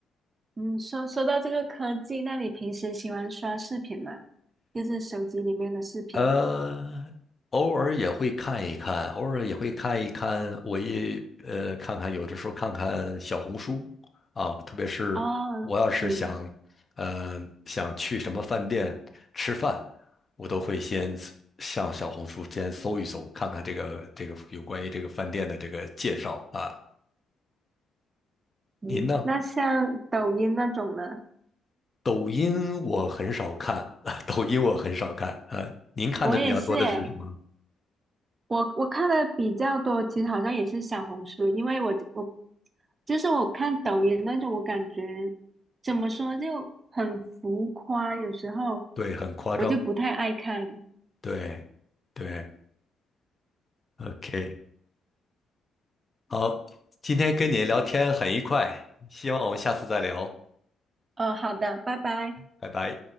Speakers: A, on the right (about 35°); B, on the left (about 30°).
A: 嗯，说说到这个科技，那你平时喜欢刷视频吗？就是手机里面的视频。
B: 呃，偶尔也会看一看，偶尔也会看一看，我也呃看看，有的时候看看小红书啊，特别是我要是想呃想去什么饭店吃饭，
A: 哦，嗯
B: 我都会先上小红书先搜一搜，看看这个这个有关于这个饭店的这个介绍啊。
A: 嗯，
B: 您呢？
A: 那像抖音那种呢，
B: 抖音我很少看，<laughs> 抖音我很少看，呃，您看的比较多的是什么？
A: 我也是诶，我我看的比较多，其实好像也是小红书，因为我我就是我看抖音那种，我感觉怎么说就很浮夸，有时候
B: 对，很夸张，
A: 我就不太爱看。
B: 对。对，OK，好，今天跟你聊天很愉快，希望我们下次再聊，
A: 呃，好的，拜拜。
B: 拜拜。